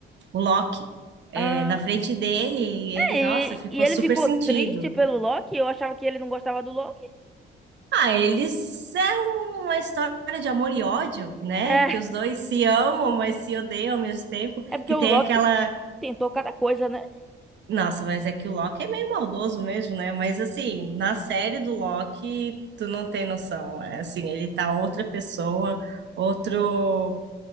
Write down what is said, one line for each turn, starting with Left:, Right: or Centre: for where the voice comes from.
Right: O Loki. É,
Centre: ah,
Right: na frente dele, e ele,
Centre: é,
Right: nossa,
Centre: e,
Right: ficou
Centre: e ele
Right: super
Centre: ficou
Right: sentido.
Centre: triste pelo Loki? Eu achava que ele não gostava do Loki.
Right: Ah, eles é uma história de amor e ódio, né?
Centre: É,
Right: Que os dois se amam, mas se odeiam ao mesmo tempo.
Centre: é porque
Right: Que
Centre: o
Right: tem
Centre: Loki
Right: aquela
Centre: tentou cada coisa, né?
Right: Nossa, mas é que o Loki é meio maldoso mesmo, né? Mas assim, na série do Loki, tu não tem noção. É assim, ele tá outra pessoa, outro